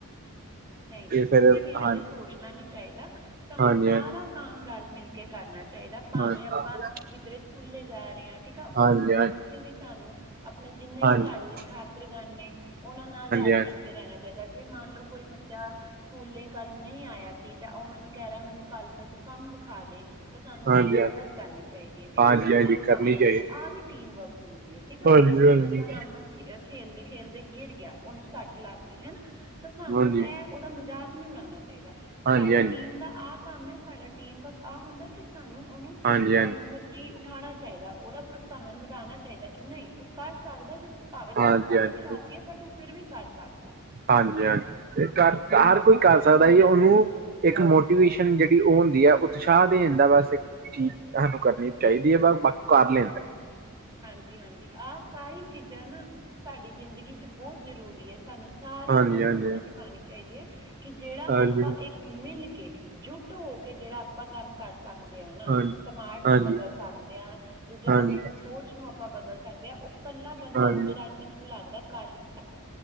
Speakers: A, on the right; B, on the right.
A: ਨਈ-ਨਈ
B: ਫਿਰ
A: ਕਦੇ ਵੀ ਐਵੇਂ
B: ਹਾਂਜੀ
A: ਸੋਚਨਾ ਨੀ ਚਾਈਦਾ ਤੁਆਨੂੰ
B: ਹਾਂਜੀ
A: ਸਾਰਾ ਕਾਮ ਰਲ-ਮਿਲ ਕੇ ਕਰਨਾ ਚਾਈਦਾ ਭਾਵੇਂ
B: ਹਾਂਜੀ
A: ਆਪਾਂ
B: ਹਾਂਜੀ
A: ਕਿੱਦਰੇ ਸਕੂਲੇ ਜਾ ਰੇ ਆ ਠੀਕ ਆ
B: ਹਾਂਜੀ
A: ਓ
B: ਹਾਂਜੀ ਹਾਂਜੀ
A: ਓੱਥੇ ਵੀ ਸਾਨੂੰ ਅਪਨੇ ਜਿੰਨੇ
B: ਹਾਂਜੀ
A: ਵੀ ਸਾਡੇ ਛਾਤਰਗਨ ਨੇ ਓਨਾਂ ਨਾਲ ਰਲ-ਮਿਲ
B: ਹਾਂਜੀ
A: ਕੇ ਰੈਨਾ ਚਾਈਦਾ ਜੇ ਮੰਨ ਲਓ ਕੋਈ ਬ ਚਾ ਸਕੂਲੇ ਕੱਲ ਨਈ ਆਇਆ‌ ਸੀ ਤੇ ਓ ਮੈਨੂੰ ਕੈ ਰਿਆ ਮੈਨੂੰ ਕਾੱਲ ਦਾ ਤੂੰ ਕੰਮ ਵਿਖਾ ਦੇ ਤਾਂ ਸਾਨੂੰ
B: ਹਾਂਜੀ
A: ਓਦੀ
B: ਹਾਂਜੀ
A: ਮਦਦ ਕਰਨੀ ਚਾਈਦੀ ਐ ਠੀਕ
B: ਹਾਂਜੀ
A: ਆ
B: ਹਾਂਜੀ
A: ਓਨੂੰ ਕੰਮ
B: ਕਰਨੀ
A: ਦਿਖਾਨਾ
B: ਚਾਹੀਦੀ
A: ਐ ਵੀ ਟੀਮ ਵਰਕ ਹੁੰਦੀ ਐ ਠੀਕ ਐ।
B: ਹਾਂਜੀ
A: ਕੋਈ
B: ਹਾਂਜੀ
A: ਬੱਚਾ ਮੰਨ ਲਓੇ ਖੇਲਦੇ, ਖੇਲਦੇ ਗਿਰ ਗਿਆ, ਉਹਨੂੰ ਸੱਟ ਲੱਗ ਗਈ ਹਨਾ, ਤਾਂ ਸਾਨੂੰ
B: ਹਾਂਜੀ
A: ਐ ਉਹਦਾ ਮਜ਼ਾਕ ਨਹੀਂ ਉਡਾਉਣਾ ਚਾਹੀਦਾ,
B: ਹਾਂਜੀ
A: ਸਾਡੀ
B: ਹਾਂਜੀ
A: ਟੀਮ ਦਾ ਆਪ ਕੰਮ ਐ, ਸਾਡਾ ਟੀਮ ਵਰਕ ਆਹ ਹੁੰਦਾ ਕਿ ਸਾਨੂੰ ਉਹਨੂੰ
B: ਹਾਂਜੀ ਹਾਂਜੀ
A: ਅਹ ਮਤਲਬ, ਕੀ ਉਠਾਉਣਾ ਚਾਹੀਦਾ, ਉਹਦਾ ਪ੍ਰੋਤਸਾਹਨ ਵਧਾਣਾ ਚਾਹੀਦਾ। ਕਿ ਨਹੀਂ ਤੂੰ ਕਰ ਸਕਦਾ, ਜੇ ਭਾਵੇਂ
B: ਹਾਂਜੀ
A: ਤੈਨੂੰ ਸੱਟ
B: ਹਾਂਜੀ
A: ਵੀ ਲੱਗ ਗਈ ਏ, ਪਰ ਤੂੰ ਫਿਰ ਵੀ ਕਰ ਸਕਦਾ।
B: ਹਾਂਜੀ, ਹਾਂਜੀ ਤੇ ਕਰ ਹਰ ਕੋਈ ਕਰ ਸਕਦਾ ਜੀ ਉਹਨੂੰ ਇੱਕ ਮੋਟੀਵੇਸ਼ਨ ਜਿਹੜੀ ਉਹ ਹੁੰਦੀ ਹੈ, ਉਤਸ਼ਾਹ ਦੇ ਦਿੰਦਾ ਬਸ, ਚੀਜ਼ ਸਾਨੂੰ ਕਰਨੀ ਚਾਹੀਦੀ ਹੈ, ਵ ਬਾਕੀ ਕਰ ਲੈਂਦਾ।
A: ਹਾਂਜੀ, ਹਾਂਜੀ ਆਹ ਸਾਰੀ ਚੀਜ਼ਾਂ ਨਾ, ਸਾਡੀ ਜ਼ਿੰਦਗੀ ਚ ਬਹੁਤ ਜ਼ਰੂਰੀ ਐ, ਸਾਨੂੰ ਸਾਰਿਆਂ
B: ਹਾਂਜੀ
A: ਨੂੰ ਆਹ
B: ਹਾਂਜੀ
A: ਚੀਜ਼ਾਂ ਸਿਖਾਣੀਆ ਚਾਹੀਦੀਆ ਹੈ ਕਿ ਜਿਹੜਾ
B: ਹਾਂਜੀ
A: ਆਪਾਂ ਇੱਕ ਮਿਲ ਕੇ, ਜੁੱਟ ਹੋ ਕੇ ਜਿਹੜਾ ਆਪਾਂ ਕੰਮ ਕਰ ਸਕਦੇ ਆ ਨਾ,
B: ਹਾਂਜੀ
A: ਸਮਾਜ ਨੂੰ
B: ਹਾਂਜੀ
A: ਬਦਲ ਸਕਦੇ ਆ, ਦੂਜੇ
B: ਹਾਂਜੀ
A: ਬੰਦੇ ਦੀ ਕੁਛ ਨੂੰ ਆਪਾਂ ਬਦਲ ਸਕਦੇ ਹਾਂ, ਉਹ ਕੱਲਾ ਬੰਦਾ
B: ਹਾਂਜੀ
A: ਸ਼ਾਇਦ ਮੈਨੂੰ ਲੱਗਦਾ ਕਰ ਹੀ ਸਕਦਾ।